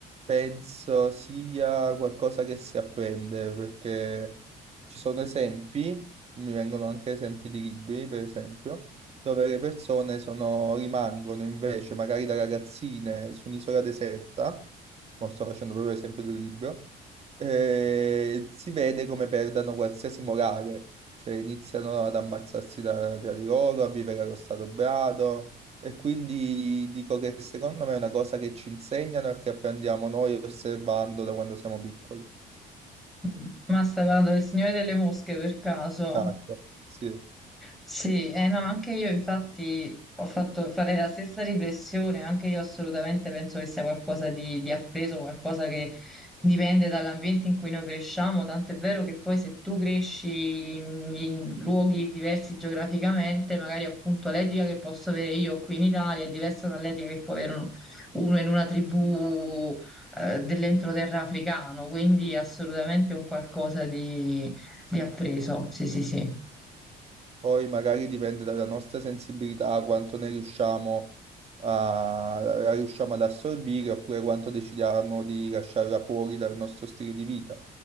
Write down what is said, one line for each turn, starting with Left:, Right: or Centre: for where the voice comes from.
Right: Penso sia qualcosa che si apprende perché ci sono esempi, mi vengono anche esempi di libri, per esempio, dove le persone sono- rimangono invece, magari da ragazzine, su un'isola deserta, mo sto facendo proprio l'esempio di un libro, e si vede come perdano qualsiasi morale, cioè iniziano ad ammazzarsi da- tra di loro, a vivere allo stato brado E quindi dico che secondo me è una cosa che ci insegnano e che apprendiamo noi osservando da quando siamo piccoli.
Centre: Mm, Ma stai parlando del Signore delle Mosche per caso?
Right: Esatto, sì.
Centre: Sì, eh no, anche io infatti ho fatto fare la stessa riflessione, anche io assolutamente penso che sia qualcosa di, di appreso, qualcosa che dipende dall'ambiente in cui noi cresciamo, tanto è vero che poi se tu cresci in, in luoghi diversi geograficamente, magari appunto l'etica che posso avere io qui in Italia è diversa dall'etica che può avere uno, uno in una tribù eh, dell'entroterra africano, quindi assolutamente un qualcosa di di appreso, sì, sì, sì.
Right: Poi magari dipende dalla nostra sensibilità, quanto ne riusciamo a, la riusciamo ad assorbire oppure quanto decidiamo di lasciarla fuori dal nostro stile di vita.